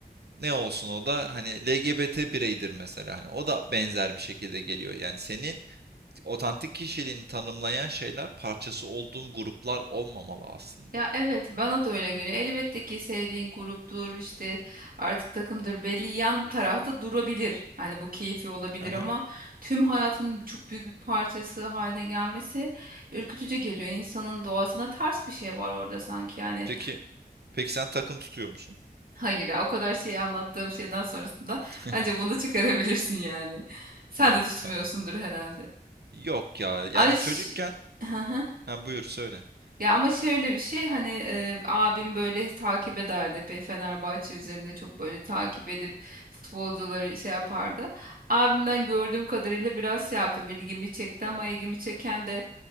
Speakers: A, on the right; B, on the right.
A: Ne olsun o da hani LGBT bireydir mesela hani o da benzer bir şekilde geliyor. Yani senin otantik kişiliğini tanımlayan şeyler parçası olduğun gruplar olmamalı aslında.
B: Ya evet bana da öyle geliyor. Elbette ki sevdiğin gruptur işte artık takımdır belli yan tarafta durabilir. Hani bu keyfi olabilir
A: Aha.
B: ama tüm hayatının çok büyük bir parçası haline gelmesi ürkütücü geliyor. İnsanın doğasına ters bir şey var orada sanki yani.
A: Peki, peki sen takım tutuyor musun?
B: Hayır ya o kadar şeyi anlattığım şeyden sonrasında
A: <laughs>
B: bence bunu çıkarabilirsin yani. Sen
A: Yani
B: de tutmuyorsundur
A: tamam.
B: herhalde.
A: Yok ya. Yani
B: Ay ş-
A: çocukken
B: <laughs>
A: ha buyur söyle.
B: Ya ama şöyle bir şey hani e, abim böyle takip ederdi epey Fenerbahçe üzerinde çok böyle takip edip futbolcuları şey yapardı. Abimden gördüğüm kadarıyla biraz şey yaptım ilgimi çekti ama ilgimi çeken de